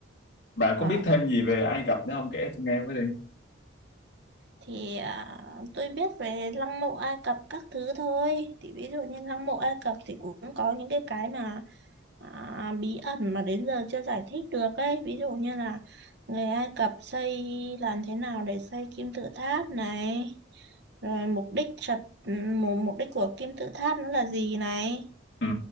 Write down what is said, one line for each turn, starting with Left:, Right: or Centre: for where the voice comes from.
Left: bà
Right: ờ.
Left: có biết thêm gì về Ai Cập nữa không kể tôi nghe với đi
Right: thì à, tôi biết về lăng mộ Ai Cập các thứ thôi thì ví dụ như lăng mộ Ai Cập thì cũng có những cái cái mà à, bí ẩn mà đến giờ chưa giải thích được ấy ví dụ như là người Ai Cập xây làm thế nào để xây kim tự tháp này rồi mục đích trật mục mục đích của kim tự tháp nó là gì này
Left: ừ